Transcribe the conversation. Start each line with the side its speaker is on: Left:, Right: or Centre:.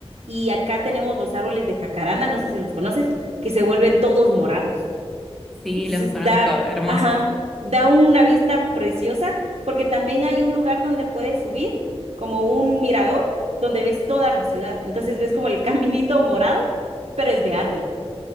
Right: y acá tenemos los árboles de jacaranda, no sé si los conoces, que se vuelven todos morados.
Centre: Sí,
Right: Entonces
Centre: los conozco,
Right: da,
Centre: hermosos.
Right: ajá, da una vista preciosa porque también hay un lugar donde puedes subir, como un mirador, donde ves toda la ciudad. Entonces ves como el <laughs> caminito morado, pero es de árboles.